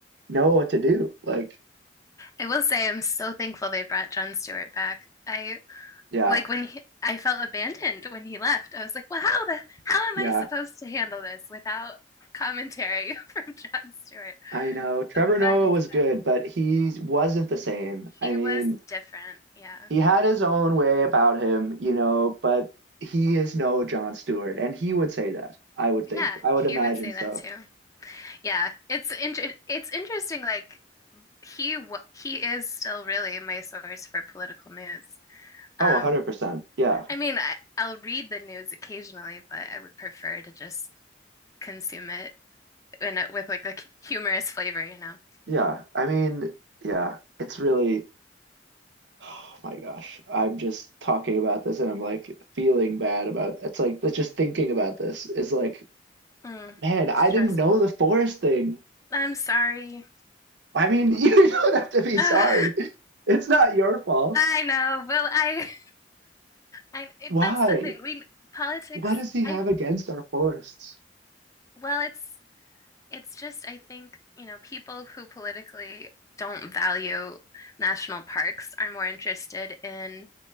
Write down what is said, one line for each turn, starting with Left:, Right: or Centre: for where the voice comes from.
Right: know what to do. Like
Left: I will say I'm so thankful they brought Jon Stewart back. I
Right: yeah,
Left: like when he, I felt abandoned when he left. I was like, well, how the how am
Right: yeah.
Left: I supposed to handle this without commentary <laughs> from Jon Stewart?
Right: I know Trevor
Left: So I'm glad
Right: Noah
Left: he's
Right: was good,
Left: back.
Right: but he wasn't the same.
Left: He
Right: I mean,
Left: was different. Yeah.
Right: He had his own way about him, you know, but he is no Jon Stewart, and he would say that. I would
Left: Yeah,
Right: think. I would
Left: he
Right: imagine
Left: would say
Right: so.
Left: that too. Yeah, it's inter it's interesting. Like he wa he is still really my source for political news.
Right: Oh,
Left: Um,
Right: 100%. Yeah.
Left: I mean, I, I'll read the news occasionally, but I would prefer to just consume it in a, with like a humorous flavor, you know.
Right: Yeah. I mean, yeah. It's really Oh my gosh. I'm just talking about this and I'm like feeling bad about it's like that's just thinking about this is like,
Left: Mm,
Right: man, I
Left: stressful.
Right: didn't know the forest thing.
Left: I'm sorry.
Right: I mean, <laughs> you don't have to be sorry.
Left: <sighs> Ugh,
Right: It's not your fault.
Left: I know. Well, I, I it,
Right: Why?
Left: that's the thing. We politics.
Right: What does he have
Left: I
Right: against our forests?
Left: well, it's it's just I think you know people who politically don't value national parks are more interested in